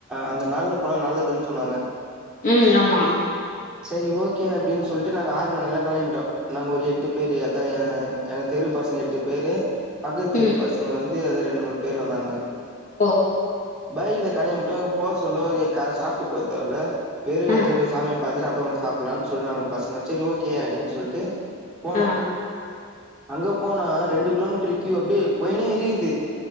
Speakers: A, in the centre; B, on the left.
A: அந்த நால்ல போனா நல்லதுன்னு சொன்னாங்க
B: ம் ஆமா
A: சேரி ஓகே அப்டின் சொல்லிட்டு நாங்க ஆறு மணிக்லா கெளம்பிட்டோ நாங்க ஒரு எட்டு பேர் ஆ எங்க தெரு பசங்க எட்டு பேரு பக்கத்து
B: ம்.
A: தெரு பசங்க வந்து து ரெண்டு மூணு பேரு வந்தானுங்க
B: ஒ
A: பைக்ல கெளம்பிட்டோ போக சொல்லோ எ க சாப்புட்டு போதேவல்ல வெறு வயித்துல
B: ஆ,
A: போய் சாமிய பாத்துட்டு அப்புறோ வந்து சாப்புட்லான் சொன்னானுங்க பசங்க செரி ஓகே அப்டின்னு சொல்லிட்டு போனோ
B: ஆ.
A: அங்க போனா ரெண்டு கிலோமீட்டர் க்கியூ அப்டியே போயினே இருக்கியுது